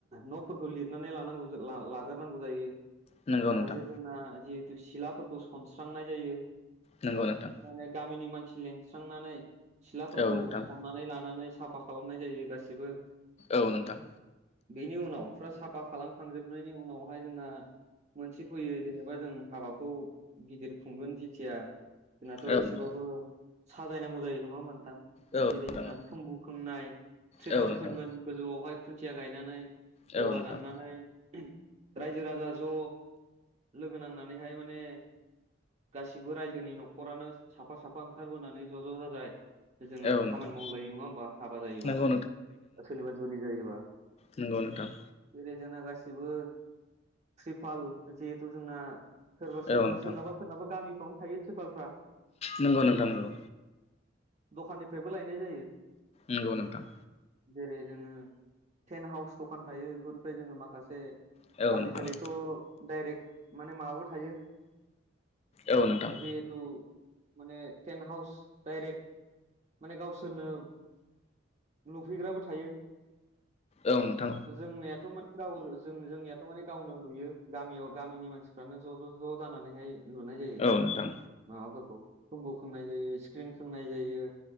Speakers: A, on the right; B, on the left.
A: न'फोरखौ लिरनानै लांनांगौ ला-लाग्रोनांगौ जायो
B: नंगौ
A: माखासे
B: नोंथां
A: जोंना जिहेथु सिलाफोरखौ सनस्रांनाय जायो
B: नंगौ नोंथां
A: माने गामिनि मानसि लिंस्रांनानै। सिथलाफोरखौ
B: औ नोंथां
A: सन्नानै लानानै साफा खालामनाय जायो गासिबो।
B: औ नोंथां।
A: बेनि उनाव फुरा साफा खालामखांजोबनायनि उनावहाय जोंना। मोनसे फैयो जेनेबा जों हाबाखौ गिदिर खुंगोन जेथिया जोंनाथ'
B: औ नोंथां
A: एसेबाबो साजायनांगौ जायो नङा होमबा नोंथां।
B: औ
A: जेरै
B: नोंथां
A: जोंना थुम्बु खोंनाय ट्रिपाल
B: औ नोंथां
A: खोंगोन गोजौआवहाय खुन्थिया गायनानै
B: औ
A: औवा
B: नोंथां
A: दाननानै। रायजो रायजा ज' लोगो नांनानैहाय माने गासिबो रायजोनि न'खरानो साफा-साफा ओंखारबोनानै ज' ज' जाजाय। जोङो
B: औ
A: खामानि
B: नोंथां
A: मावलायो नङा होमबा हाबा जायोबा
B: नंगौ
A: सोरनिबा जुलि जायोबा।
B: नोंगौ नोंथां।
A: जेरै जोंना गासिबो ट्रिपाल जिहेथु जोंना सोरबा
B: औ
A: सोरनाबा
B: नोंथां
A: सोरनाबा सोरनाबा गामिफ्रावनो थायो ट्रिपालफ्रा।
B: नंगौ नोंथां नंगौ।
A: दखाननिफ्रायबो लायनाय जायो।
B: नोंगौ नोंथां।
A: जेरै जोङो टेन्ट हाउस दखान थायो बेफोरनिफ्राय जोङो माखासे।
B: औ
A: आजिखालिथ'
B: नोंथां
A: डाइरेक्ट माने माबाबो थायो।
B: औ नोंथां
A: जिहेतु। माने टेन्ट हाउस डाइरेक्ट माने गावसोरनो। लुफैग्राबो थायो
B: औ नोंथां
A: जोंनेथ' माने गाव। जोंनियाथ' माने गावनो लुयो गामियाव गामिनि मानसिफ्रानो ज' ज' ज' जानानैहाय। लुनाय जायो
B: औ नोंथां
A: माबाफोरखौ तुम्बु खोंनाय जायो स्क्रिन खोंनाय जायो।